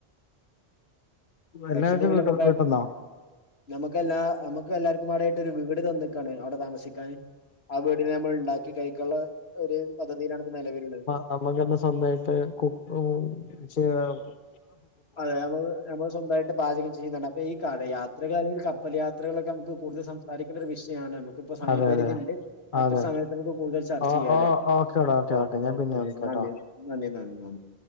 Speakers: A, on the left; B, on the left.
A: എല്ലാവരും
B: ലക്ഷദ്വീപിലെ
A: വീട്ട
B: നമ്മുക്ക്
A: വീട്ടന്നോ
B: മുക്ക് എല്ലാ നമ്മു എല്ലർക്കും ആടായിട്ട് ഒരു വീട് തന്നിക്കാണ് അവിടെ താമസിക്ക ആഹ് വീടിനെ നമ്മൾ ഉണ്ടാക്കി കഴിക്കുള്ള ഒരു പദ്ധതിയിലാണ് ഇ നിലവിലുള്ളത്
A: നമുക്ക്ന്നെ സ്വന്തമായിട്ട് കുക്കും ചെയ്യാം
B: അതെ നമ്മള് നമ്മൾ സ്വന്തമായിട്ട് പാചകം ചെയ്യുന്നുണ്ട് അപ്പൊ ഈ യാത്രകാലയിൽ പല യാത്രകളൊക്കെ നമുക്ക് കൂടുതൽ സംസാരിക്കണ്ട ഒരു വിഷയമാണ് നു ഇപ്പ സമയപരിധി
A: അതെ അതെ
B: ഉണ്ട് മറ്റൊരു
A: അതെ
B: സമയത്ത് നമുക്ക് കൂടുതൽ ചർച്ച
A: ഓ
B: ചെയ്യാംല്ലേ
A: ഓ ഓക്കേടാ ഓക്കെ
B: ഓ
A: ഞാൻ
B: ഓക്കെ
A: പിന്നെ
B: ഓക്കെ
A: വിളിക്കാട്ടോ
B: നന്ദി നന്ദി നന്ദി നന്ദി